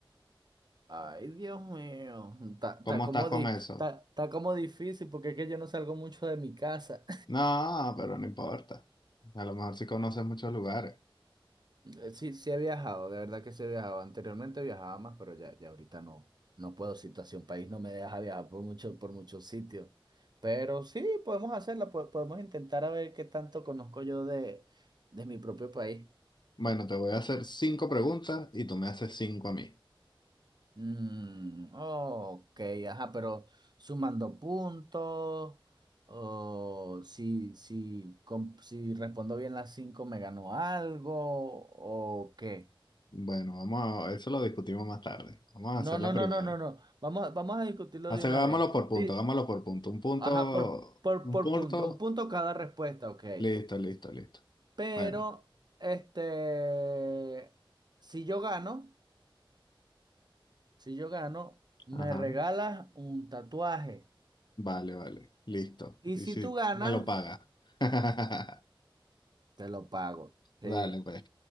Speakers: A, on the right; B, on the left.
A: Ay, Dios mío. Está, está
B: ¿Cómo
A: como,
B: estás con
A: di-
B: eso?
A: está, está como difícil porque es que yo no salgo mucho de mi casa.
B: No, pero no importa. A lo mejor sí conoces muchos lugares.
A: <laughs> Eh, Sí, sí he viajado, de verdad que sí he viajado. Anteriormente viajaba más, pero ya, ya ahorita no, no puedo. Situación país no me deja viajar por mucho, por muchos sitios. Pero sí, podemos hacerla, po- podemos intentar a ver qué tanto conozco yo de, de mi propio país.
B: Bueno, te voy a hacer cinco preguntas y tú me haces cinco a mí.
A: Mm, ok, ajá, pero sumando puntos, o si, si, com- si respondo bien las cinco, me ganó algo, o qué.
B: Bueno, vamos a, eso lo discutimos más tarde. Vamos a
A: No,
B: hacer
A: no,
B: la primera.
A: no, no, no, no. Vamos, a- vamos a discutirlo
B: Hace-
A: de una
B: vámonos
A: vez.
B: por punto,
A: Sí.
B: vámonos por punto. Un punto,
A: Ajá, por, por,
B: un
A: por
B: punto.
A: punto, un punto cada respuesta, ok.
B: Listo, listo, listo.
A: Pero,
B: Bueno,
A: este, si yo gano, si yo gano, me
B: ajá.
A: regalas un tatuaje.
B: Vale, vale. Listo.
A: Y
B: Y
A: si
B: si
A: tú ganas...
B: me lo paga. <laughs>
A: Te lo pago. Sí.
B: Dale, pues.